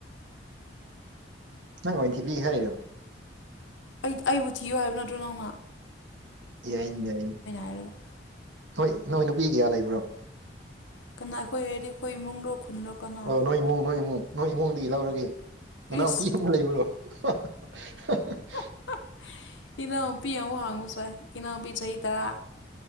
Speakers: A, on the right; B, on the left.
A: ꯅꯪ ꯑꯣꯏ ꯊꯤꯕꯤ ꯍꯥꯏꯔꯤꯔꯣ
B: ꯑꯩ ꯑꯩꯕꯨ ꯊꯤꯌꯨ ꯍꯥꯏꯕ ꯅꯠꯇ꯭ꯔꯣ ꯅꯧꯅ
A: ꯌꯥꯏꯅꯤ ꯌꯥꯏꯅꯤ
B: ꯍꯥꯏꯔꯒ
A: ꯍꯣꯏ ꯅꯣꯏ ꯅꯨꯄꯤ ꯀꯌꯥ ꯂꯩꯕ꯭ꯔꯣ
B: ꯀꯅꯥ ꯑꯩꯈꯣꯏ ꯍꯥꯏꯔꯗꯤ ꯑꯩꯈꯣꯏ ꯏꯃꯨꯡꯔꯣ ꯈꯨꯟꯔꯣ ꯀꯅꯥ
A: ꯅꯣꯏꯃꯨꯡ ꯅꯣꯏꯃꯨꯡ ꯅꯣꯏ ꯏꯃꯨꯡꯗꯒꯤ ꯂꯧꯔꯒꯦ ꯅꯅꯥꯎꯄꯤꯒꯨꯝꯕ
B: ꯏꯁ
A: ꯂꯩꯕ꯭ꯔꯣ <unintelligible>
B: <unintelligible> ꯏꯅꯥꯎꯄꯤ ꯑꯃꯨꯛ ꯍꯥꯡꯉꯨ ꯁꯥꯏ ꯏꯅꯥꯎꯨꯄꯤ ꯆꯍꯤ ꯇꯔꯥ